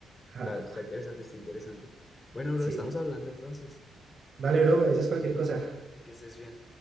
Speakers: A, on the right; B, on the left.
A: Ah,
B: Está, está interesante, está interesante. Bueno, bro,
A: sí.
B: estamos
A: sí.
B: hablando entonces.
A: Dale, bro, me dices cualquier cosa.
B: Que estés bien.